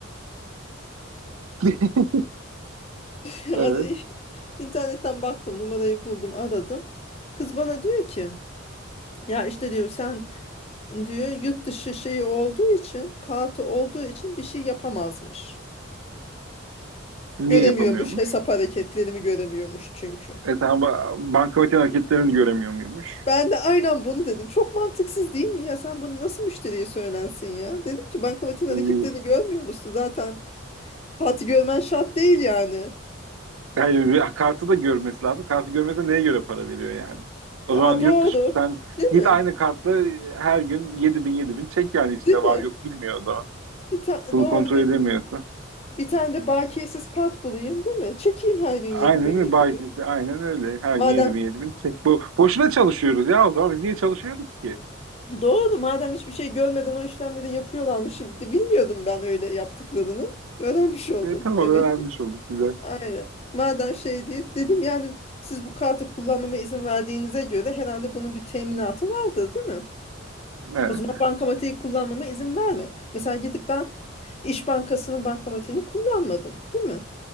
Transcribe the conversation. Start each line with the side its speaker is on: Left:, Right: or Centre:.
Right: <laughs>
Left: Yani
Right: Evet.
Left: İnternetten baktım numarayı buldum aradım. Kız bana diyor ki ya işte diyor sen diyor yurt dışı şeyi olduğu için kartı olduğu için bir şey yapamazmış.
Right: Niye
Left: Göremiyormuş
Right: yapamıyormuş?
Left: hesap hareketlerimi göremiyormuş çünkü.
Right: E tamam ba bankamatiğin hareketlerini göremiyor muymuş?
Left: Ben de aynen bunu dedim. Çok mantıksız değil mi? Ya sen bunu nasıl müşteriye söylensin ya? Dedim ki bankamatiğin
Right: E,
Left: hareketlerini görmüyor musun? Zaten kağıt görmen şart değil yani.
Right: Hayır. bir- Kartı da görmesi lazım. Kartı görmese neye göre para veriyor yani? O
Left: Aa,
Right: zaman
Left: doğru.
Right: yurt dışı sen
Left: Değil mi?
Right: git aynı kartla e, her gün yedi bin yedi bin çek yani içinde
Left: Değil mi?
Right: var yok bilmiyor o zaman.
Left: Bir ta-
Right: Bunu
Left: doğru
Right: kontrol
Left: bir,
Right: edemiyorsa.
Left: bir tane de bakiyesiz kart bulayım değil mi? Çekeyim her gün 7000
Right: Aynen öyle.
Left: 7000.
Right: Bay- Aynen öyle. Her
Left: Madem
Right: gün yedi bin yedi bin. Çek. Bu, boşuna çalışıyoruz ya o zaman. Biz niye çalışıyoruz ki?
Left: doğru madem hiçbir şey görmeden o işlemleri yapıyorlarmış. Şimdi bilmiyordum ben öyle yaptıklarını. Öğrenmiş oldum
Right: E, tamam
Left: demek
Right: öğrenmiş
Left: ki.
Right: olduk. Güzel.
Left: Aynen. Madem şey değil dedim yani siz bu kartı kullanmama izin verdiğinize göre herhalde bunun bir teminatı vardır değil mi?
Right: Evet.
Left: O zaman bankamatiği kullanmama izin verme. Mesela gidip ben İş Bankası'nın bankamatiğini kullanmadım değil mi?